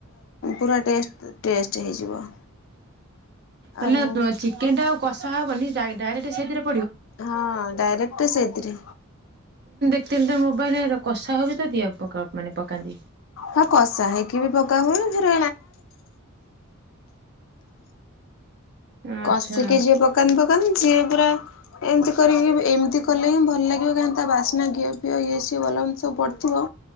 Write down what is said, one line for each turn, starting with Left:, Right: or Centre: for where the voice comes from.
Left: ପୁରା ଟେଷ୍ଟ ଟେଷ୍ଟ ହେଇଯିବ।
Right: ମାନେ
Left: ଆଉ
Right: ଚିକେନ ଟା ଆଉ କଷା ହବନି ଡାଇ ଡାଇରେକ୍ଟ ସେଇତିରେ
Left: ହଁ ଡାଇରେକ୍ଟ ସେଇତିରେ।
Right: <unintelligible> କଷା <unintelligible> ଦିିବା ପକା। ମାନେ ପକାନ୍ତି।
Left: ହଁ କଷା ହେଇକି ବି ପକା ହୁଏ। ଯେ <inaudible>
Right: ଆଚ୍ଛା
Left: କସିକି ଯିଏ ପକାନ୍ତି ପ <unintelligible> ଯିଏ ପୁରା ଏମିତି କରି ଏମିତି କଲେ ହିଁ ଭଲ ଲାଗିବ କାହିଁକି ତା ବାସ୍ନା ଘିଅ ପିଅ ଇଏ ସିଏ ଭଲ ସବୁ ପଡିଥିବ